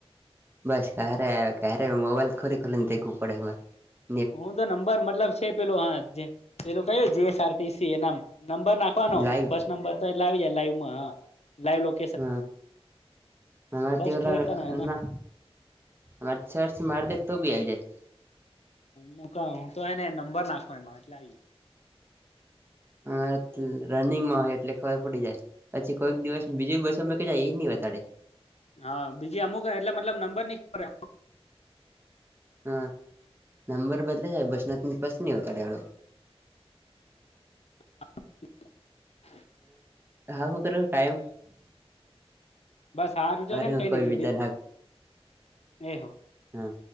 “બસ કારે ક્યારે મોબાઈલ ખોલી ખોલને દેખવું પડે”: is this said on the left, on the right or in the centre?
Right